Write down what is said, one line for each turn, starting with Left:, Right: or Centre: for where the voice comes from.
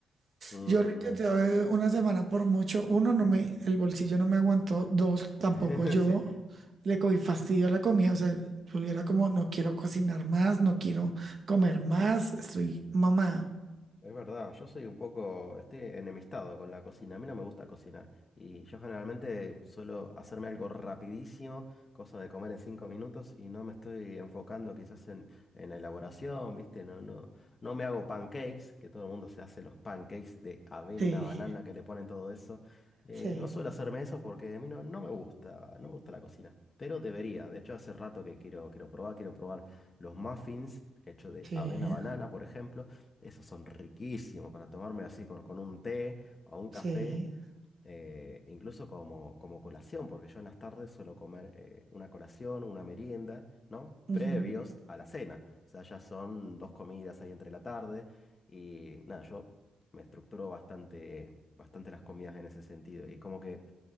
Left: mm,
Right: Yo lo intenté eh, una semana por mucho. Uno, no me, el bolsillo no me aguantó. Dos, tampoco
Left: <laughs>
Right: yo
Left: Sí.
Right: le cogí fastidio a la comida. O sea, tuviera como, no quiero cocinar más, no quiero comer más. Estoy mamá.
Left: Es verdad, yo soy un poco, estoy enemistado con la cocina, a mí no me gusta cocinar y yo generalmente suelo hacerme algo rapidísimo, cosa de comer en cinco minutos y no me estoy enfocando quizás en, en la elaboración, ¿viste? No, no, no me hago pancakes, que todo el mundo se hace los pancakes de avena,
Right: Sí,
Left: banana, que le ponen todo eso. Eh,
Right: sí,
Left: yo no suelo hacerme eso porque a mí no, no me gusta, no me gusta la cocina, pero debería, de hecho hace rato que quiero, quiero probar, quiero probar los muffins hechos de
Right: sí,
Left: avena, banana, por ejemplo. Esos son riquísimos para tomarme así con, con un té o un
Right: sí.
Left: café, eh, incluso como, como colación, porque yo en las tardes suelo comer eh, una colación, una merienda, ¿no?
Right: ujú,
Left: Previos a la cena. O sea, ya son dos comidas ahí entre la tarde y nada, yo me estructuro bastante, bastante las comidas en ese sentido y como que